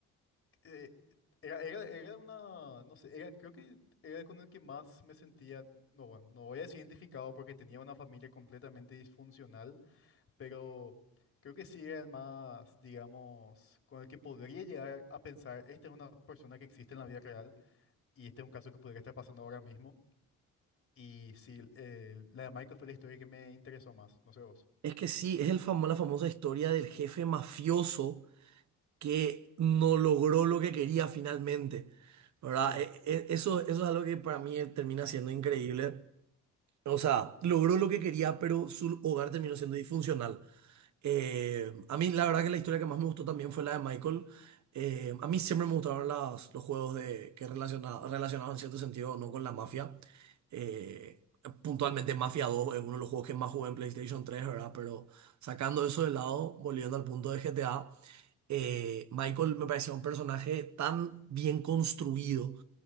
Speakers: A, on the left; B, on the right.
A: eh, era, era, era una, no sé, era, creo que era con el que más me sentía, no, bueno, no voy a decir identificado porque tenía una familia completamente disfuncional pero creo que sí era el más, digamos, con el que podría llegar a pensar, esta es una persona que existe en la vida real y este es un caso que podría estar pasando ahora mismo. Y sí, eh, la de Michael fue la historia que me interesó más, no sé vos.
B: Es que sí, es el famo- la famosa historia del jefe mafioso que no logró lo que quería finalmente, ¿verdad?
A: Sí,
B: E- e- Eso, eso es algo que para mí termina siendo increíble. O sea, logró lo que quería, pero su hogar terminó siendo disfuncional. Eh, a mí la verdad que la historia que más me gustó también fue la de Michael. Eh, a mí siempre me gustaron las- los juegos de, que relaciona- relacionados en cierto sentido no con la mafia. Eh, puntualmente Mafia dos es uno de los juegos que más jugué en PlayStation 3, ¿verdad? Pero sacando eso de lado, volviendo al punto de GTA eh, Michael me parecía un personaje tan bien construido,